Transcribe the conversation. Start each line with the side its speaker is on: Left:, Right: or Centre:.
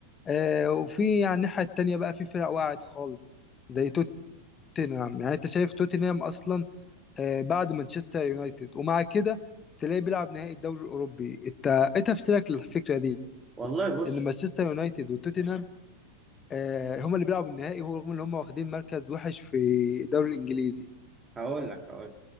Left: آه وفي على الناحية التانية بقى في فرق وقعت خالص زي توتنهام يعني انت شايف توتنهام اصلا آه بعد مانشستر يونايتد ومع كده تلاقيه بيلعب نهائي الدوري الاوروبي انت ايه تفسيرك للفكرة دي
Right: والله بص
Left: ان مانشستر يونايتد وتوتنهام آه هما اللي بيلعبوا النهائي ورغم ان هما واخدين مركز وحش في الدوري الانجليزي
Right: هقول لك هقول لك.